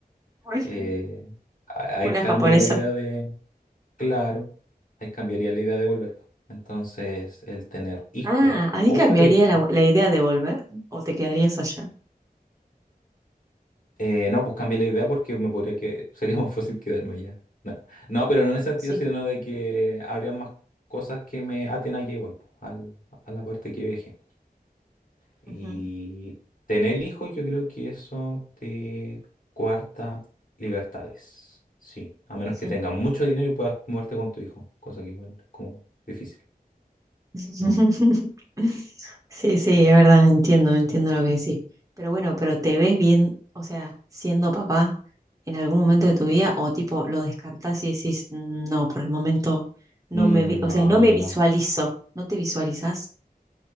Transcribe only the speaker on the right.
Bueno.
Una
japonesa.
Ah, ahí
cambiaría
la, la idea de volver o te quedarías allá.
Sí,
Ujú.
sí.
<laughs>
Sí, sí, es verdad, entiendo, entiendo lo que decís. Pero bueno, pero te ves bien, o sea, siendo papá en algún momento de tu vida o tipo lo descartás y decís, "Mm, no, por el momento no
me, vi- o sea, no
me
visualizo, no te visualizás